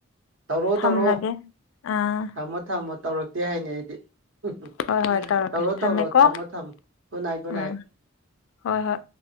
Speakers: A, on the right; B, on the left.
A: ꯇꯧꯔꯣꯛ
B: ꯊꯝꯂꯒꯦ
A: ꯇꯧꯔꯣꯛ
B: ꯑꯥ
A: ꯊꯝꯃꯣ ꯊꯝꯃꯣ ꯇꯧꯔꯛꯇꯦ ꯍꯥꯏꯅꯤ ꯑꯩꯗꯤ <unintelligible>
B: ꯍꯣꯏ ꯍꯣꯏ ꯇꯧꯔꯛꯀꯦ
A: ꯇꯧꯔꯣ
B: ꯊꯝꯃꯦꯀꯣ
A: ꯇꯧꯔꯣ ꯊꯝꯃꯣ ꯊꯝꯃꯣ ꯒꯨꯅꯥꯏꯠ ꯒꯨꯅꯥꯏꯠ
B: ꯎꯝ ꯍꯣꯏ ꯍꯣꯏ